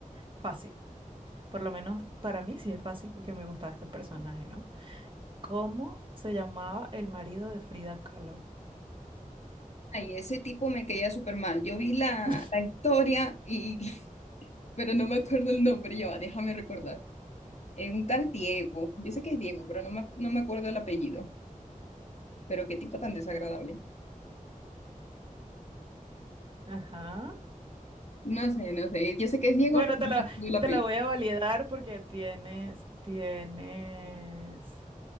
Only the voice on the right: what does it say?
Fácil. Por lo menos para mí sí es fácil porque me gustaba este personaje, ¿no? ¿Cómo se llamaba el marido de Frida Kahlo?
<laughs>
Ajá.
Bueno,
te
la,
te la voy a validar porque tienes, tienes,